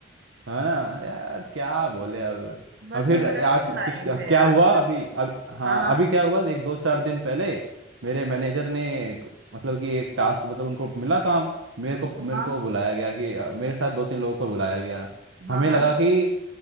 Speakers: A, on the right; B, on the right.
A: है ना यार क्या बोले अब
B: बस
A: अब फिर
B: अब ऐसे
A: आज
B: ही लाइफ
A: कुछ क्या क्या
B: है यार
A: हुआ अभी अब हाँ
B: हाँ हाँ
A: अभी क्या हुआ देख दो चार दिन पहले मेरे मैनेजर ने एक- मतलब कि एक टास्क मतलब उनको मिला काम मेरे को
B: हाँ
A: मेरे को बुलाया गया कि अ, मेरे साथ दो तीन लोगों को बुलाया गया
B: हाँ
A: हमें
B: हाँ
A: लगा कि